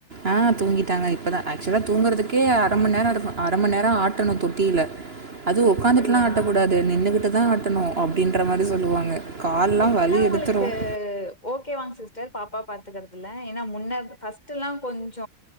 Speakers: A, on the right; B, on the left.
A: ஆ தூங்கிட்டாங்க இப்போ தா ஆக்சுவலாக தூங்கறதுக்கே அரை மணி நேர இருக்கும் அரை‌ மணி நேர ஆட்டன்னு தொட்டியில்ல
B: <inaudible>
A: அது ஒக்காந்துட்டுலா
B: அப்படியா
A: ஆட்டக்கூடாது நின்னுக் கிட்டுதா ஆட்டணும் அப்டின்ற மாறி சொல்லுவாங்க கால்லாம்
B: இப்பலா
A: வலி
B: ஒங்களுக்கு
A: எடுத்துரும்
B: ஓகே வாங் சிஸ்டர் பாப்பா பாத்துக்கிறதுல ஏன்னா முன்ன ஃபர்ஸ்ட்லா கொஞ்ச